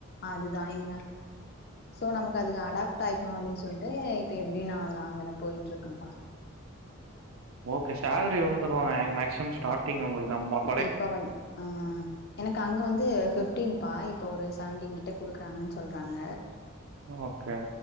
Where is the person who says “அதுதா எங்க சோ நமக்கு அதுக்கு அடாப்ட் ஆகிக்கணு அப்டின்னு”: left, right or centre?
Left